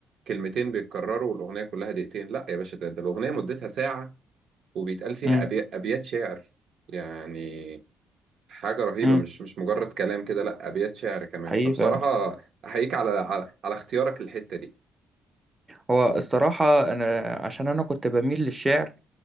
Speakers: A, on the right; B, on the right.
A: كلمتين بيتكرروا والأغنية كلها دقيقتين لا يا باشا ده, ده الأغنية مدتها ساعة وبيتقال فيها
B: مم،
A: أبي... أبيات شعر يعني حاجة رهيبة
B: مم.
A: مش مش مجرد كلام كده لا أبيات شعر كمان
B: حقيقي
A: فبصراحة
B: فعلا
A: أحييك على على, على اختيارك للحتة
B: هو الصراحة أنا عشان أنا كنت بميل للشعر